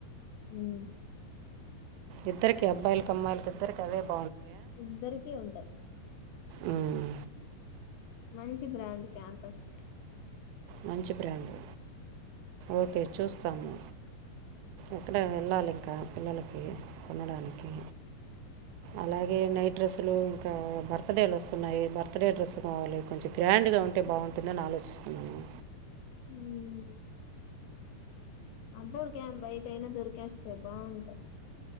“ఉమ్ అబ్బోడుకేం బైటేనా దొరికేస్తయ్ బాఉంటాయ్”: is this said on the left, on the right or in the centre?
Left